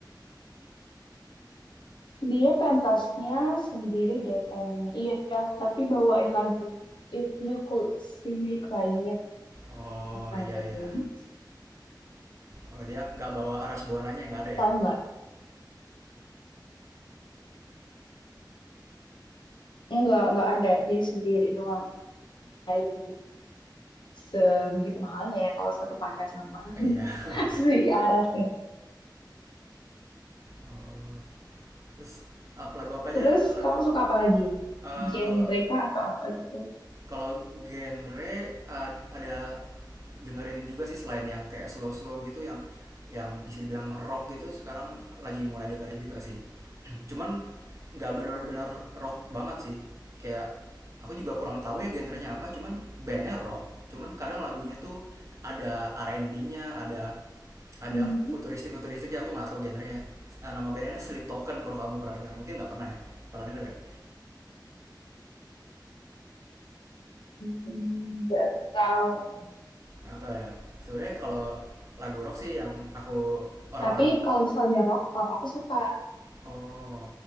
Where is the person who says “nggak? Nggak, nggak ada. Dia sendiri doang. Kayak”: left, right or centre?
Left